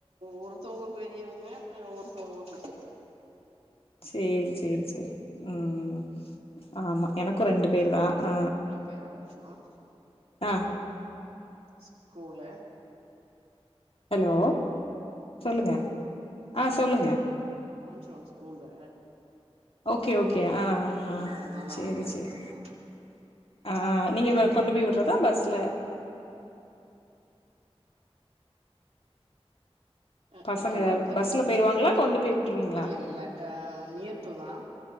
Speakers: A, on the right; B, on the left.
A: ஒருத்தவங்க பெரியவங்க ஒருத்தவங்க குட்டிஸு
B: சேரி சேரி சே ம் ஆமா எனக்கும் ரெண்டு பேர் தா ஆ
A: கிலோக்கே ஆரம்பிச்சிடும்
B: ஆ
A: ஸ் கூல
B: ஹலோ சொல்லுங்க ஆ சொல்லுங்க
A: ரு ஸ்கூலு
B: ஓகே ஓகே ஓகே ஆ ஆ ஆ
A: அதனால
B: செரி
A: ஆன் டைம்
B: செரி
A: போயிருவாங்க
B: ஆ ஆ நீங்க இப்ப கொண்டு போய் விடறதா பஸ்ல
A: ஆஹ
B: பசங்க
A: ஹலோ கேக்குனு
B: பஸ்ல போயிருவாங்களா கொண்டு போய் விட்ருவீங்களா
A: இல்ல இல்ல ஆ நியர்ட்டு தா